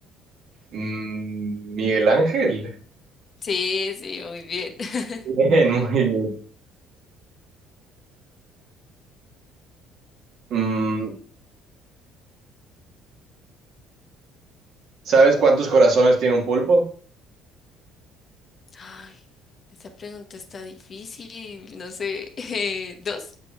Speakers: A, on the right; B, on the left.
A: Mm, Miguel Ángel. <laughs>
B: Sí, sí, muy bien. <laughs>
A: Bien, muy bien. Mm, ¿sabes cuántos corazones tiene un pulpo?
B: Ay, esta pregunta está difícil, no sé. <laughs> eh, ¿dos?